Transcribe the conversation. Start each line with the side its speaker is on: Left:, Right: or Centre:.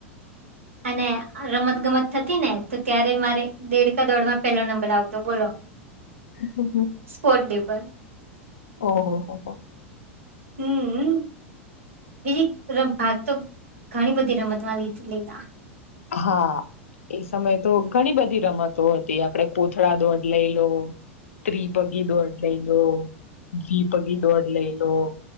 Right: અને રમત ગમત થતી ને તો ત્યારે મારે દેડકા દોડમાં પેલો નંબર આવતો બોલો <unintelligible>
Left: હમ હમ.
Right: સ્પોર્ટ ડે પર.
Left: ઓહ હો હો.
Right: હમ બીજ તરફ ભાગ તો. ઘણી બધી રમતવાલ ની લેતા.
Left: હા. એ સમય તો ઘણી બધી રમતો હતી આપડે કોથળા દોડ લઈ લો ત્રી પગી દોડ લઈ લો ઘી પગી દોડ લઈ લો.